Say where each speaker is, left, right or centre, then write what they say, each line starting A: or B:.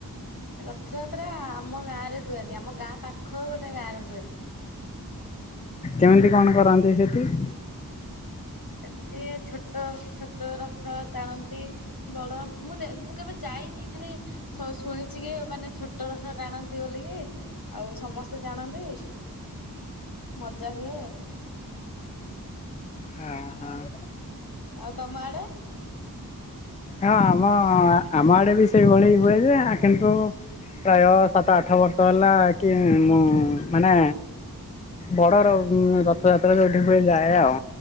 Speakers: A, on the left (about 70°); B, on the left (about 20°).
A: ରଥଯାତ୍ରା ଆମ ଗାଁ ରେ ହୁଏନି। ଆମ ଗାଁ ପାଖ ଗୋଟେ ଗାଁରେ ହୁଏ।
B: କେମିତି କଣ କରନ୍ତି ସେଠି?
A: ଏମିତି ଛୋଟ ଛୋ ତ ରଥ ଟାଣନ୍ତି ବଡ ମୁଁ ମୁଁ କେବେ ଯାଇନି ଖାଲି ଶୁଣିଛିିକି ମାନେ ଛୋଟ ଟ ରଥ ଟାଣନ୍ତି ବୋଲିକି ଆଉ ସମସ୍ତେ ଟାଣନ୍ତି। ମଜା ହୁଏ।
B: ହଁ ହଁ।
A: ଆଉ ତମ ଆଡେ?
B: ହଁ ଆମ, ଆମ ଆଡେ ବି ସେଇଭଳି ହୁଏ ଯେ କିନ୍ତୁ ପ୍ରାୟ ସାତ ଆଠ ବର୍ଷ ହେଲା କି ମୁଁ ମାନେ ବଡର ରଥଯାତ୍ରା ଯଉଠି ହୁଏ ଯାଏ ଆଉ।